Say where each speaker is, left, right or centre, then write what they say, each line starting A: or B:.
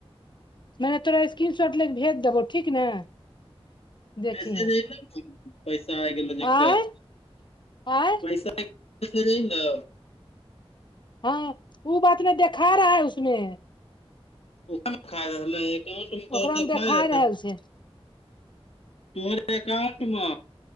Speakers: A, on the left; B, on the left.
A: मने तोरा स्क्रीन शॉट ले क भेज देबौ ठीक ने। देखिहे
B: मैसेज अइलै कि? पैसा आइ गेलौ जेकर,
A: आँय आँय
B: पैसा अइलै ने।
A: हँ ओ बात मे देखा रहा है उसमे।
B: ओ अखन खाय रहलै एकांत मे
A: ओकरामे
B: त
A: देखा
B: खाय।
A: रहल छै
B: तोहर एकाउंट मे।